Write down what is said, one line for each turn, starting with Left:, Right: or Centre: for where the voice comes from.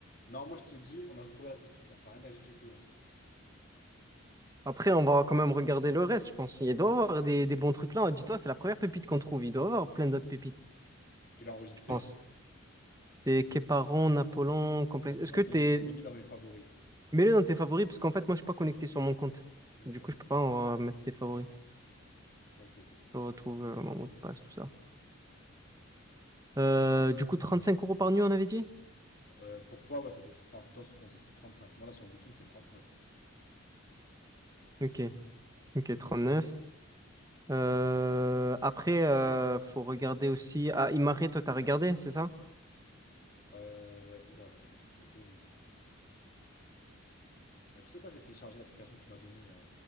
Left: Non, moi je te dis, on a trouvé la pépite là, ça sert à rien d'aller chercher plus loin.
Right: Après, on va quand même regarder le reste, je pense. Il doit y avoir des, des bons trucs là. Dis-toi, c'est la première pépite qu'on trouve. Il doit y avoir plein d'autres pépites,
Left: Tu l'as enregistré?
Right: je pense. Des Képaron, Napoléon, complexe.
Left: Vas-y,
Right: Est-ce
Left: moi
Right: que
Left: je
Right: t'es,
Left: l'ai mis, je l'ai mis dans mes favoris.
Right: mets-le dans tes favoris, parce qu'en fait, moi, je suis pas connecté sur mon compte.
Left: Ok,
Right: Du coup, je peux pas en euh, mettre tes favoris.
Left: ok, ok, ça marche.
Right: Je retrouve euh, mon mot de passe, tout ça. Euh, du coup, 35 euros par nuit, on avait dit?
Left: Euh, pour toi, ouais, c'était. Enfin, toi sur ton site, c'est trente cinq Moi là sur Booking, c'est 39.
Right: Ok, ok, 39. Euh, après, euh, faut regarder aussi. Ah, Imare, toi, t'as regardé, c'est ça?
Left: Euh, ouais, oula, j'ai trouvé un truc qui est horrible. Euh, tu sais quoi, je vais télécharger l'application que tu m'as donnée, euh,